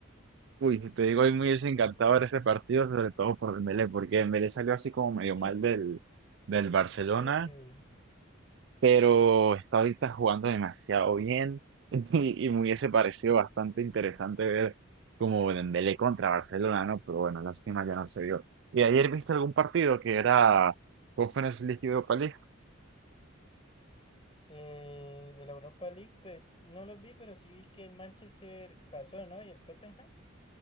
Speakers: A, on the right; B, on the left.
A: Uy, si te digo, hoy muy desencantado desencantador ese partido, sobre todo por Dembélé, porque Dembélé salió así como medio
B: <laughs>
A: mal del, del Barcelona
B: Sí, sí.
A: pero está ahorita jugando demasiado bien <laughs> y, y me hubiese parecido bastante interesante ver como Dembélé contra Barcelona, ¿no? Pero bueno, lástima ya no se dio. ¿Y ayer viste algún partido que era Conference League y Europa League?
B: Eh, de la Europa League, pues no los vi, pero sí vi que el Manchester pasó, ¿no? Y el Tottenham.